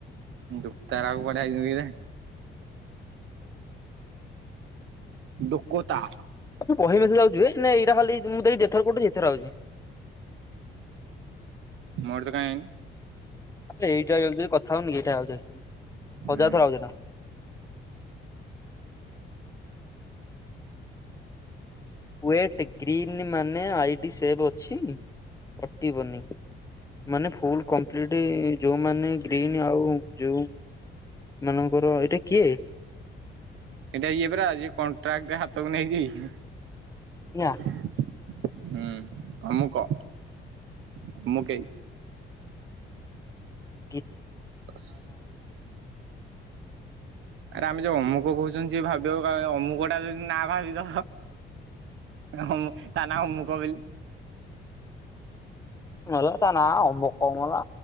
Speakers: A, on the right; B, on the left.
A: ଦୁପ ତାର ଆକୁ ପଡଆଯଇ କି। ଦୋକତା।
B: ଆ ବହି ମିଶି ଯାଉଛ ଏ ଏଇଟା ଖା ମୁଁ ଦେଖିଥର କୋଠି ଯେଥର ଆଉଛି।
A: ମୋର ତ କାଈ।
B: ଆ ଏଇଟା କଥା ହଉନି ଏଇଟା ଆଉ
A: ହୁଁ।
B: ହଜାର ଥର ହଉଛି। ୱେଟ୍ ଗ୍ରୀନ୍ ମାନେ ଆଇଡି ସେଭ୍ ଅଛି କଟିବନି। ମାନେ ଫୁଲ କମ୍ପ୍ଲିଟ ଯୋଉମାନେ ଗ୍ରୀନ୍ ଆଉ ଯୋଉ। ମାନଙ୍କର ଏଇଟା କିଏ
A: ଏଇଟା ଇଏ ପରା ଯିଏ କଣ୍ଟ୍ରାକ୍ଟ ଟେ ହାତକୁ ନେଇଛି
B: ଆଜ୍ଞା
A: ହୁଁ ଆମ କୁ କଣ ମୁଁ କେହି
B: କି
A: <inaudible> ଆରେ ଆମେ ଯୋଉ ଅମୁକ କହୁଛନ୍ତି ସିଏ ଭାବିବ ଅମୁକ ଟା ଯଦି ନା ଭାବିବ ତ ହଁମ ତା ନା ଅମୁକ ବୋଲି
B: ନହେ ତା ନା ଅମୁକ ମଲା